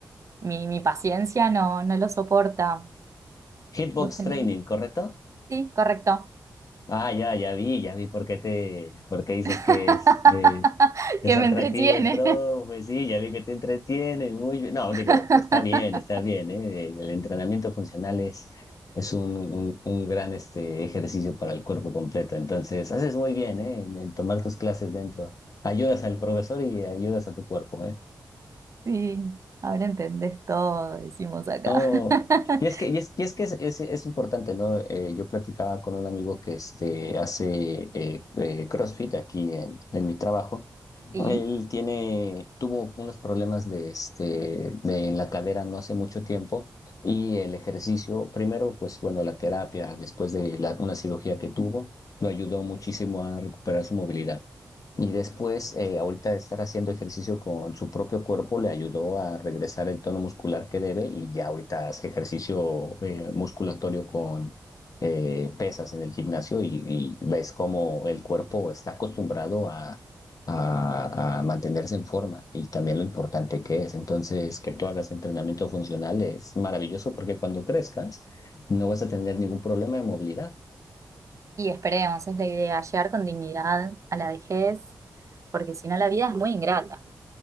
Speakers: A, on the right (about 45°); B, on the left (about 55°).
A: Mi, mi paciencia no, no lo soporta.
B: Hitbox
A: ¿Vos tenés?
B: Training, ¿correcto?
A: Sí, correcto.
B: Ah, ya, ya vi, ya vi por qué te, por qué dices
A: <laughs>
B: que es. eh, Es
A: Que
B: atractivo
A: me entretiene.
B: el profe, sí, ya vi que te entretiene, muy bien. No,
A: <laughs>
B: digo, está bien, está bien, ¿eh? El entrenamiento funcional es, es un, un- un gran este, ejercicio para el cuerpo completo. Entonces, haces muy bien, ¿eh? En, en tomar tus clases dentro. Ayudas al profesor y ayudas a tu cuerpo, ¿eh?
A: Sí, ahora entendés todo, decimos acá.
B: No,
A: <laughs>
B: y es que, y es, y es que es, es- es importante, ¿no? Eh, yo platicaba con un amigo que este, hace eh, eh, CrossFit aquí en, en mi trabajo.
A: Sí,
B: Él tiene, tuvo unos problemas de, este, de, en la cadera no hace mucho tiempo y el ejercicio, primero, pues bueno, la terapia después de la- una cirugía que tuvo, lo ayudó muchísimo a recuperar su movilidad. Y después, eh, ahorita de estar haciendo ejercicio con su propio cuerpo, le ayudó a regresar el tono muscular que debe y ya ahorita hace ejercicio eh, musculatorio con eh, pesas en el gimnasio y, y ves cómo el cuerpo está acostumbrado a, a- a mantenerse en forma y también lo importante que es. Entonces, que tú hagas entrenamiento funcional es maravilloso porque cuando crezcas no vas a tener ningún problema de movilidad.
A: y esperemos, es la idea, llegar con dignidad a la vejez, porque si no la vida es muy ingrata.